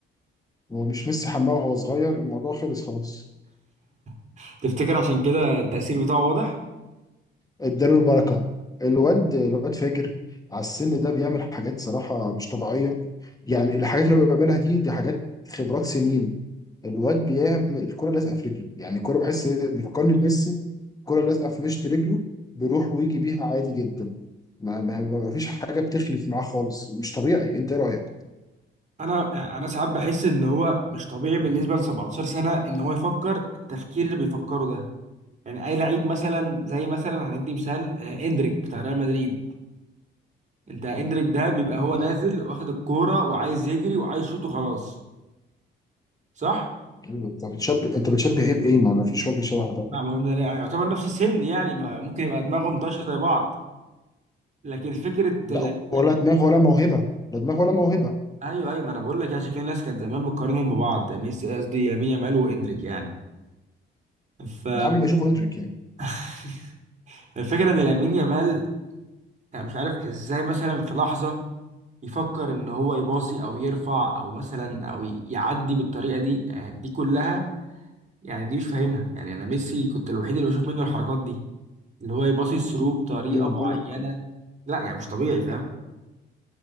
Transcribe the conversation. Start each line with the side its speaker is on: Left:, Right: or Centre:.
Left: هو مش ميسي حماه وهو صغير الموضوع خلص خلاص
Right: <laughs> تفتكر عشان كده التاثير بتاعه واضح
Left: اداله البركه الواد الواد فاجر على السن ده بيعمل حاجات صراحه مش طبيعيه يعني الحاجات اللي هو بيعملها دي دي حاجات خبرات سنين الواد بيعمل الكره لازقه في رجله يعني الكره بحس بيفكرني بميسي الكره لازقه في مشط رجله بيروح ويجي بيها عادي جدا ما, ما, ما فيش حاجه بتخلف معاه خالص مش طبيعي انت إيه رايك؟
Right: انا انا ساعات بحس ان هو مش طبيعي بالنسبه ل 17 سنه ان هو يفكر التفكير اللي بيفكره ده يعني اي لعيب مثلا زي مثلا هندي مثال آه، اندريك بتاع ريال مدريد انت اندريك ده بيبقى هو
Left: مم.
Right: نازل واخد الكوره وعايز يجري وعايز يشوط وخلاص صح
Left: انت بتشبه انت بتشبه ايه بايه؟ ما ما فيش وجه شبه ده
Right: نعم هو من- يعتبر نفس السن يعني ما- ممكن يبقى دماغهم طاشه زي بعض لكن فكره
Left: لا
Right: لامين يامال
Left: ولا دماغ ولا موهبه لا دماغ ولا موهبه
Right: ايوه ايوه ما انا بقول لك يا شايف في ناس كانت زمان بتقارنهم ببعض ميسي قصدي يمين يامال واندريك يعني ف
Left: ده قبل ما يشوفوا اندريك يعني
Right: <laughs> الفكرة ان لامين يامال يعني مش عارف ازاي مثلا في لحظة يفكر ان هو يباصي او يرفع او مثلا او ي- يعدي بالطريقة دي يعني دي كلها يعني دي مش فاهمها يعني انا ميسي كنت الوحيد اللي بشوف منه الحركات دي اللي هو يباصي الثرو بطريقة
Left: ايوه انا
Right: معينة
Left: بقول لك
Right: لا يعني مش طبيعي فاهم